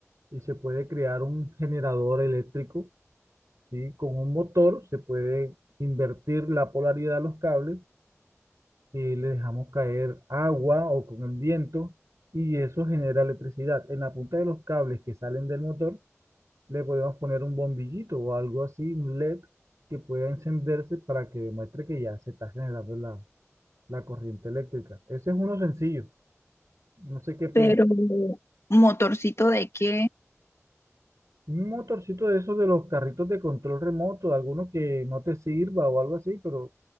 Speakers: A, on the right; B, on the left.
A: y se puede crear un generador eléctrico, ¿sí? Con un motor se puede invertir la polaridad a los cables, eh, le dejamos caer agua o con el viento y eso genera electricidad. En la punta de los cables que salen del motor le podemos poner un bombillito o algo así, un LED que pueda encenderse para que demuestre que ya se está generando la, la corriente eléctrica. Ese es uno sencillo. No sé qué piensas.
B: Pero motorcito de qué,
A: Un motorcito de esos de los carritos de control remoto, alguno que no te sirva o algo así, pero